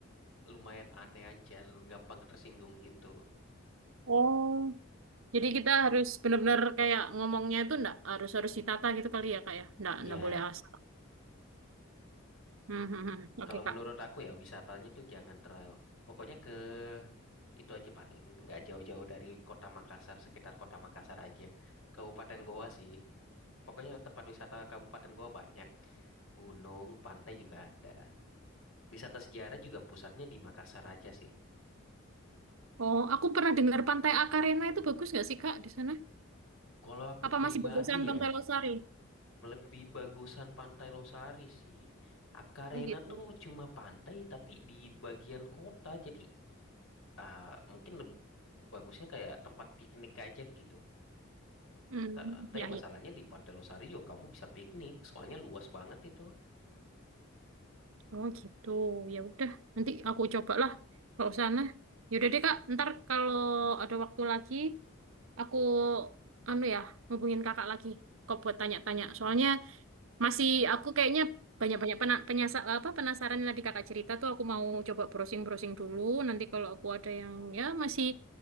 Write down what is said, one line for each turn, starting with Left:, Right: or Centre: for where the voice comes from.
Left: lumayan aneh aja, gampang tersinggung gitu.
Right: Oh, jadi kita harus benar-benar kayak ngomongnya itu ndak harus harus ditata gitu kali ya, Kak ya. Ndak
Left: Iya,
Right: ndak boleh asal. Hmm, hmm, hmm. Oke,
Left: kalau
Right: Kak.
Left: menurut aku ya wisatanya tuh jangan terlalu pokoknya ke Itu aja paling nggak jauh-jauh dari kota Makassar, sekitar kota Makassar aja. Kabupaten Goa sih. Pokoknya tempat wisata Kabupaten Goa banyak. Gunung, pantai juga ada. Wisata sejarah juga pusatnya di Makassar aja sih.
Right: Oh, aku pernah dengar Pantai Akarena itu bagus nggak sih Kak di sana?
Left: Kalau aku
Right: Apa
Left: pribadi
Right: masih bagusan Pantai
Left: ya,
Right: Losari?
Left: lebih bagusan Pantai Losari sih. Akarena
Right: Oh gitu.
Left: tuh cuma pantai tapi di bagian kota, jadi ah, mungkin leb- bagusnya kayak tempat piknik aja gitu.
Right: Hmm,
Left: Ta- Tapi
Right: ya
Left: masalahnya
Right: ya.
Left: di Pantai Losario kamu bisa piknik, soalnya luas banget itu.
Right: Oh gitu. Ya udah, nanti aku cobalah kalau sana. Ya udah deh Kak, ntar kalau ada waktu lagi aku anu ya, hubungin Kakak lagi. Kok buat tanya-tanya. Soalnya Masih aku kayaknya banyak-banyak pena, penyasa- apa penasaran yang tadi kakak cerita tuh aku mau coba browsing-browsing dulu. Nanti kalau aku ada yang ya masih